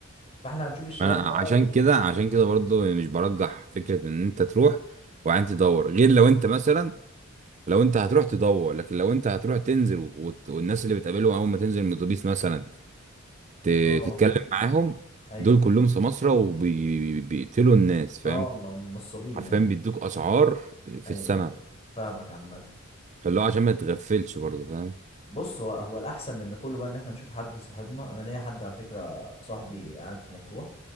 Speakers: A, on the left; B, on the right.
A: فاحنا هنشوف الشباب
B: انا
A: بقى
B: عشان
A: و...
B: كده عشان كده برضو مش برجح فكرة ان انت تروح وبعدين تدور غير لو انت مثلا لو انت هتروح تدور لكن لو انت هتروح تنزل وت- والناس اللي بتقابلهم اول ما تنزل من الاتوبيس مثلا ت-
A: اه
B: تتكلم معاهم
A: ايوه
B: دول كلهم سماسرة وبيقتلوا الناس فاهم
A: اه نصابين
B: حرفيا
A: يعني
B: بيدوك اسعار في
A: ايوه
B: السماء
A: ايوه فاهمك عامة
B: فاللي هو عشان ما تغفلش برضه فاهم
A: بص هو هو الاحسن من ده كله بقى ان احنا نشوف حد صاحبنا انا ليا حد على فكره صاحبي قاعد في مطروح